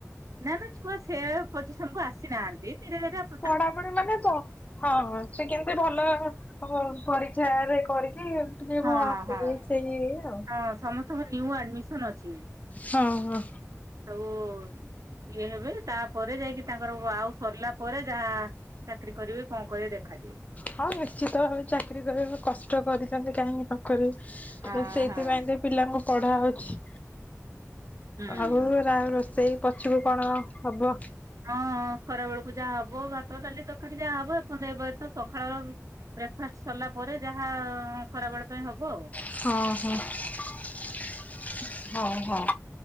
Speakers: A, on the right (about 80°); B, on the left (about 25°).
A: ନା ନା ଛୁଆ ସେ ପୋଜିଶନକୁ ଆସିନାହାନ୍ତି ଧିରେଧିରେ
B: ପଢାପଢି ମାନେ ହଁ ହଁ ସେ କେମତି ଭଲ ପରୀକ୍ଷାରେ କରିକି ଏମତି
A: ହଁ
B: ଆସ
A: ହଁ
B: ସେଇ ଇଏ ଆଉ।
A: ହଁ ସମସ୍ତେ ଓହୋ ନ୍ୟୁ ଆଡ୍ମିସନ୍ ଅଛି।
B: ହଁ-ହଁ।
A: ସବୁ ଇଏ ହେବେ, ତାପରେ ଯାଇକି ତାଙ୍କର ଆଉ ସରିଲା ପରେ ଯାହା ଚାକିରି କରିବେ କି କଣ କରିବେ ଦେଖାଯିବ।
B: ହଁ ନିଶ୍ଚିତ ଚାକିରି କରିବାକୁ କଷ୍ଟ କରିଚନ୍ତି କାହିଁକି କରିବ
A: ହଁ
B: ସେଇଥିପାଇଁ
A: ହଁ।
B: ତ ପିଲାଙ୍କୁ ପଢା ହଉଛି।
A: ହୁଁ।
B: ଆଉ ରୋଷେଇ ପଛକୁ କଣ ହବ?
A: ହଁ ଖରା ବେଳୁକୁ ଯାହା ହବ ଭାତ, ଡାଲି, ତକାରି ଯାହା ହବ <unintelligible> ଏବେ ତ ସଖାଳର ବ୍ରେକଫାଷ୍ଟ ସରିଲା ପରେ ଯାହା ଖରାବେଳ ପାଇଁ ହବ ଆଉ।
B: ହଁ-ହଁ-ହଁ-ହଁ।